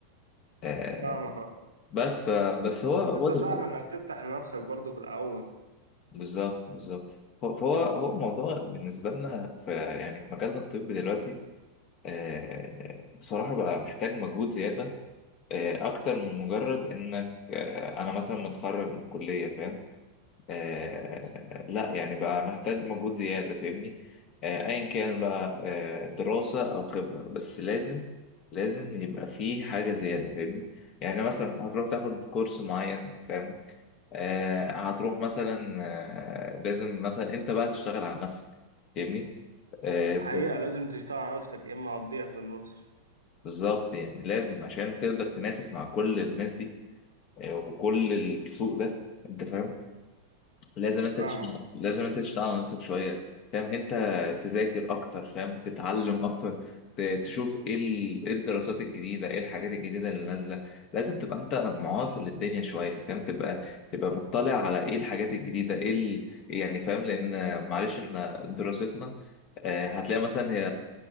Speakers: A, on the left; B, on the right.
A: آه،
B: فاهمك اه
A: بس ف... بس هو هو
B: بس انت
A: ده
B: صعب انك تفتح لنفسك برضو في الاول
A: بالظبط بالظبط هو فهو هو الموضوع بالنسبة لنا في يعني في مجالنا الطبي دلوقتي آه، بصراحة بقى محتاج مجهود زيادة آه، أكتر من مجرد إنك آه، أنا مثلا متخرج من الكلية فاهم آه، لا يعني بقى محتاج مجهود زيادة فاهمني آه، أيا كان بقى آه، دراسة أو خبرة بس لازم لازم يبقى فيه حاجة زيادة فاهمني يعني مثلا هتروح تاخد كورس معين فاهم آه، هتروح مثلا آه، لازم مثلا انت بقى تشتغل على نفسك فاهمني آه،
B: حقيقه لازم تشتغل على نفسك يا اما هتضيع في النص
A: بالظبط يعني لازم عشان تقدر تنافس مع كل الناس دي آه، وكل السوق ده انت فاهم لازم انت
B: فاهمك
A: تشتغل لازم انت تشتغل على نفسك شويه فاهم انت تذاكر اكتر فاهم تتعلم اكتر ت- تشوف ايه ال- ايه الدراسات الجديده ايه الحاجات الجديده اللي نازله لازم تبقى انت معاصر للدنيا شويه فاهم تبقى تبقى مطلع على ايه الحاجات الجديده ايه ال... يعني فاهم لان معلش احنا دراستنا آه، هتلاقي مثلا هي